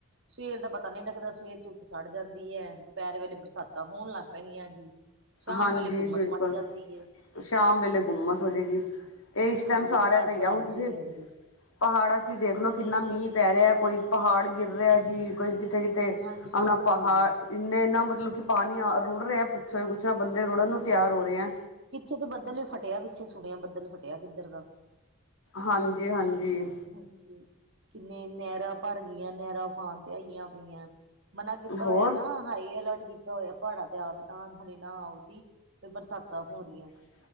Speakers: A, on the right; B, on the left.
A: ਸਵੇਰ ਦਾ ਪਤਾ ਨੀ ਲੱਗਦਾ, ਸਵੇਰ ਧੁੱਪ ਚੜ ਜਾਂਦੀ ਐ ਦੁਪਹਿਰ ਵੇਲੇ ਬਰਸਾਤਾਂ ਹੋਣ ਲੱਗ ਪੈਣੀਆਂ ਜੀ। ਸ਼ਾਮ
B: ਹਾਂਜੀ
A: ਵੇਲੇ ਗੁੰਮਸ
B: ਬਿਲਕੁਲ
A: ਮੱਚ ਜਾਂਦੀ ਏ
B: ਸ਼ਾਮ ਵੇਲੇ ਗੁੰਮਸ ਹੋਜੇਗੀ। ਇਹ ਇਸ ਟੈਮ
A: ਹਾਂਜੀ
B: ਸਾਰਿਆਂ
A: ਪੜਾਸ
B: ਦਾ ਈ
A: ਪੜਾਸ
B: ਆ, ਹੁਣ ਤੁਸੀਂ
A: ਜੀ ਹੋ ਜਾਂਦੀ
B: ਪਹਾੜਾਂ ਚ ਹੀ ਦੇਖਲੋ ਕਿੰਨਾ ਮੀਂਹ ਪੈ ਰਿਆ, ਕੋਈ ਪਹਾੜ ਗਿਰ ਰਿਆ ਜੀ ਕੋਈ ਕਿਤੇ- ਕਿਤੇ
A: ਹਾਂਜੀ
B: ਆਪਣਾਂ
A: ਹਾਂਜੀ
B: ਪਹਾੜ ਇੰਨੇ ਏਨਾ ਮਤਲਬ ਕਿ ਪਾਣੀ ਆ ਰੁੜ ਰਿਆ ਪੁੱਛੋ ਈ ਕੁੱਛ ਨਾ ਬੰਦੇ ਰੁੜਨ ਨੂੰ ਤਿਆਰ ਹੋ ਰੇ ਐ
A: ਪਿੱਛੇ ਤੇ ਬੱਦਲ ਵੀ ਫਟਿਆ, ਪਿੱਛੇ ਸੁਣਿਆ ਬੱਦਲ ਫਟਿਆ ਕਿੱਧਰ ਦਾ
B: ਹਾਂਜੀ -ਹਾਂਜੀ।
A: ਹਾਂਜੀ ਕਿੰਨੇ ਨਹਿਰਾਂ ਭਰ ਗੀਆਂ, ਨਹਿਰਾਂ ਉਫਾਨ ਤੇ ਆਈਆਂ ਪਈਆਂ ਮਨਾ ਕੀਤਾ
B: ਹੋਰ
A: ਹੋਇਆ ਨਾ ਹਾਈ ਅਲਟ ਕੀਤਾ ਹੋਇਆ ਪਹਾੜਾਂ ਤੇ ਆ ਨਾ ਆਓ ਜੀ। ਤੇ ਬਰਸਾਤਾਂ ਹੋਦੀਆਂ।
B: ਹ